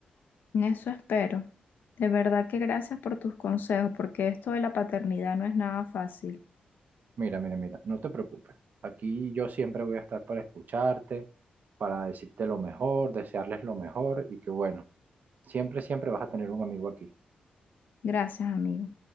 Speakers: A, on the left (about 70°); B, on the right (about 60°).
A: En Eso espero. De verdad que gracias por tus consejos, porque esto de la paternidad no es nada fácil.
B: Mira, mira, mira, no te preocupes. Aquí yo siempre voy a estar para escucharte, para decirte lo mejor, desearles lo mejor y que bueno, siempre, siempre vas a tener un amigo aquí.
A: Gracias, amigo.